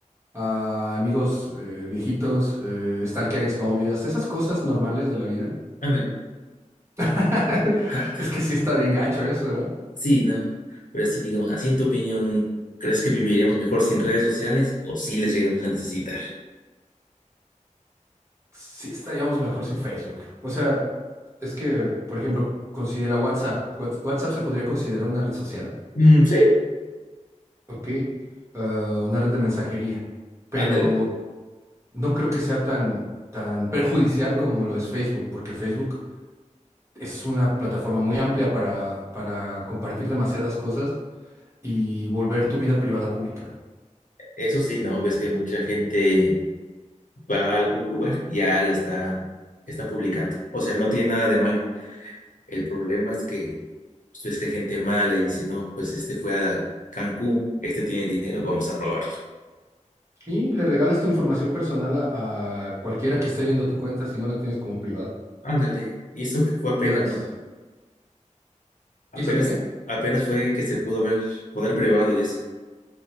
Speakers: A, on the right; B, on the left.
A: a amigos eh, viejitos, eh, stalkear exnovias, esas cosas normales de la vida.
B: Ándale.
A: <laughs>
B: Ja,
A: Es que sí está bien gacho eso, ¿no?
B: Sí, no. Pero sí, digamos, así en tu opinión, ¿crees que viviríamos mejor sin redes sociales o sí las llegamos a necesitar?
A: Sí estaríamos mejor sin Facebook. O sea, es que, por ejemplo, considera WhatsApp. Whats- WhatsApp se podría considerar una red social,
B: Mm, sí.
A: ¿ok? Ah, una red de mensajería. Pero
B: Ándale.
A: no creo que sea tan, tan perjudicial como lo es Facebook, porque Facebook es una plataforma muy amplia para, para compartir demasiadas cosas y volver tu vida privada pública.
B: Eso sí, ¿no? Ves que mucha gente va a algún lugar y ya la está, están publicando. O sea, no tiene nada de malo. El problema es que pues que hay gente mala y dice, no, pues este fue a Cancún, este tiene dinero, vamos a robarlo.
A: Y le regalas tu información personal a, a cualquiera que esté viendo tu cuenta si no la tienes como privada.
B: Ándale. Y eso que fue apenas,
A: Le das,
B: ¿no? Apenas,
A: ¿y eso qué qué?
B: apenas fue que se pudo ver, poner privado y eso.